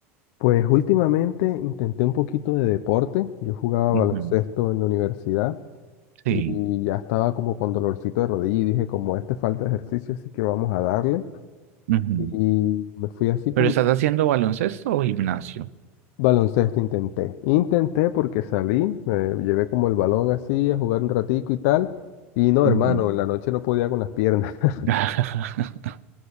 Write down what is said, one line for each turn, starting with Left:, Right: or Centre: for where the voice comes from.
Left: Pues últimamente intenté un poquito de deporte. Yo jugaba baloncesto
Right: Ujú,
Left: en la universidad
Right: Sí,
Left: y y ya estaba como con dolorcito de rodilla y dije, como este falta de ejercicio, así que vamos a darle.
Right: ujú.
Left: Y me fui así
Right: ¿Pero
Left: como
Right: estás haciendo baloncesto o gimnasio?
Left: baloncesto intenté. Intenté porque salí, me llevé como el balón así a jugar un ratico y tal. Y no,
Right: Ujú.
Left: hermano, en la noche no podía con las piernas. <laughs>
Right: <laughs>